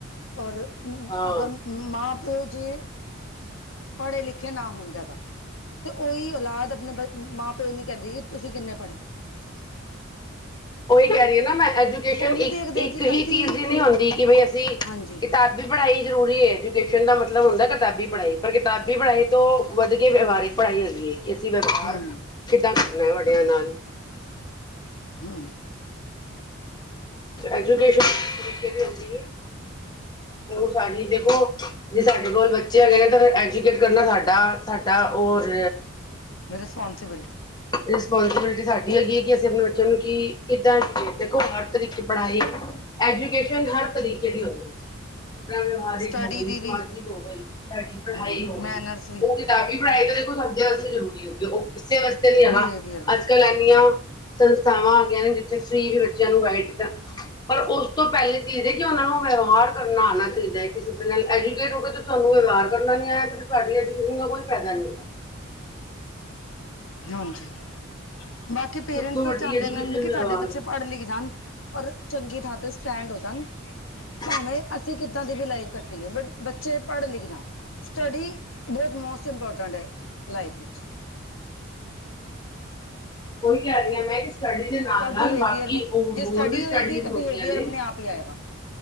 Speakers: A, on the left; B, on the left.
A: ਔਰ,
B: ਹਾਂ
A: ਅਗਰ ਮਾਂ ਪਿਓ ਜੇ ਪੜ੍ਹੇ ਲਿਖੇ ਨਾ ਹੋਣ ਜ਼ਿਆਦਾ। ਤੇ ਉਹੀ ਔਲਾਦ ਆਪਣੇ ਬ ਮਾਂ ਪਿਓ ਨੂੰ ਕਹਿੰਦੀ ਏ ਕਿ ਤੁਸੀਂ ਕਿੰਨੇ ਪੜ੍ਹੇ।
B: ਉਹੀ ਕਹਿ ਰਹੀ ਆ ਨਾ ਮੈਂ। ਐਜੂਕੇਸ਼ਨ
A: ਉਹ ਨੀ
B: ਇੱਕ
A: ਦੇਖਦੇ
B: ਇੱਕ
A: ਕਿ
B: ਹੀ
A: ਅਸੀਂ
B: ਚੀਜ਼ ਦੀ ਨਹੀਂ ਹੁੰਦੀ ਕਿ ਬਈ ਅਸੀਂ
A: ਹਾਂਜੀ
B: ਕਿਤਾਬੀ ਪੜ੍ਹਾਈ ਜ਼ਰੂਰੀ ਐ। ਐਜੂਕੇਸ਼ਨ ਦਾ ਮਤਲਬ ਹੁੰਦਾ ਕਿਤਾਬੀ ਪੜ੍ਹਾਈ ਪਰ ਕਿਤਾਬੀ ਪੜ੍ਹਾਈ ਤੋਂ ਵੱਧ ਕੇ ਵਿਵਹਾਰਿਕ ਪੜ੍ਹਾਈ ਹੈਗੀ ਹੈ। ਅਸੀਂ ਵਿਵਹਾਰ
A: ਹੂੰ
B: ਕਿੱਦਾਂ ਕਰਨਾ ਹੈ ਵੱਡਿਆਂ ਨਾਲ।
A: ਹੂੰ।
B: ਐਜੂਕੇਸ਼ਨ ਤਰੀਕੇ ਦੀ ਹੁੰਦੀ ਏ। ਔਰ ਸਾਡੀ ਦੇਖੋ ਜੇ ਸਾਡੇ ਕੋਲ ਬੱਚੇ ਹੈਗੇ ਨੇ ਤਾਂ ਫਿਰ ਐਜੂਕੇਟ ਕਰਨਾ ਸਾਡਾ ਸਾਡਾ ਹੋਰ
A: ਰਿਸਪੋਂਸੀਬਿਲਟੀ
B: ਰਿਸਪੋਂਸੀਬਿਲਟੀ ਸਾਡੀ ਹੈਗੀ ਹੈ ਕਿ ਅਸੀਂ ਆਪਣੇ ਬੱਚਿਆਂ ਨੂੰ ਕੀ ਕਿੱਦਾਂ ਦੇਖੋ ਹਰ ਤਰੀਕੇ ਪੜ੍ਹਾਈ ਐਜੂਕੇਸ਼ਨ ਹਰ ਤਰੀਕੇ ਦੀ ਹੁੰਦੀ ਏ। ਜਿਸ ਤਰ੍ਹਾਂ ਵਿਵਹਾਰਿਕ
A: ਸਟੱਡੀ
B: ਹੋ ਗਈ,
A: ਦੀ
B: ਸਮਾਜਿਕ
A: ਵੀ
B: ਹੋ ਗਈ ਤੁਹਾਡੀ ਪੜ੍ਹਾਈ
A: ਹੂੰ
B: ਹੋ ਗਈ,
A: ਮੈਨਰਸ ਵੀ
B: ਉਹ ਕਿਤਾਬੀ ਪੜਾਈ ਤਾਂ ਦੇਖੋ ਸਭਦੇ ਵਾਸਤੇ ਜ਼ਰੂਰੀ ਹੁੰਦੀ ਹੈ ਓ ਇਸੇ ਵਾਸਤੇ ਨੀ ਹੈਗਾ
A: ਬਿਹੇਵੀਅਰ ਵੀ
B: ਅੱਜ ਕਲ ਇਨੀਆਂ ਸੰਸਥਾਵਾਂ ਆ ਗਈਆ ਨੇ ਫਰੀ ਵੀ ਬੱਚਿਆਂ ਨੂੰ ਵਾਈਟ ਦਿੱਤਾ ਪਰ ਉਸ ਤੋਂ ਪਹਿਲੇ ਚੀਜ਼ ਹੈ ਕਿ ਉਹਨਾਂ ਨੂੰ ਵਿਵਹਾਰ ਕਰਨਾ ਆਉਣਾ ਚਾਹੀਦਾ ਹੈ ਕਿਸੇ ਦੇ ਨਾਲ ਐਜੂਕੇਟ ਹੋ ਕੇ ਤੇ ਤੁਹਾਨੂੰ ਵਿਵਹਾਰ ਕਰਨਾ ਨੀ ਆਇਆ ਤੇ ਤੁਹਾਡੀ ਐਜੂਕੇਸ਼ਨ ਦਾ ਕੋਈ ਫਾਇਦਾ ਨਹੀਂ। <inaudible>
A: ਹਾਜੀ ਬਾਕੀ ਪੇਰੈਂਟਸ
B: ਸਭ ਤੋਂ ਵੱਡੀ
A: ਚਾਹੁੰਦੇ
B: ਐਜੂਕੇਸ਼ਨ
A: ਨੇ ਕਿ
B: ਵਿਵਹਾਰ
A: ਸਾਡੇ ਬੱਚੇ
B: ਹੈ
A: ਪੜ੍ਹ ਲਿਖ ਜਾਣ ਔਰ ਚੰਗੀ ਥਾਂ ਤੇ ਸਟੈਂਡ ਹੋ ਜਾਣ।
B: ਹ <unintelligible>
A: ਭਾਵੇਂ ਅਸੀਂ ਕਿੱਦਾਂ ਦੀ ਵੀ ਲਾਈਫ ਕੱਟੀ ਹੈ ਬਟ ਬੱਚੇ ਪੜ੍ਹ ਲਿਖ ਜਾਣ ਸਟੱਡੀ ਬਹੁਤ ਮੋਸ ਮੋਸਟ ਇੰਪੋਰਟੈਂਟ ਹੈ ਲਾਈਫ ਵਿੱਚ।
B: ਉਹੀ ਕਿਹ ਰਹੀ ਆ ਮੈਂ ਸਟਡੀ ਦੇ ਨਾਲ
A: ਔਰ
B: ਨਾਲ
A: ਬਿਹੇਵੀਅਰ
B: ਬਾਕੀ
A: ਵੀ
B: ਉਹ
A: ਜੇ
B: ਹੋਰ ਵੀ ਸਟੱਡੀ
A: ਹੋਏਗੀ ਤਾਂ
B: ਹੋ
A: ਬਿਹੇਵੀਅਰ
B: ਗਈਆ ਨੇ।
A: ਆਪਣੇ ਆਪ ਹੀ ਆਏਗਾ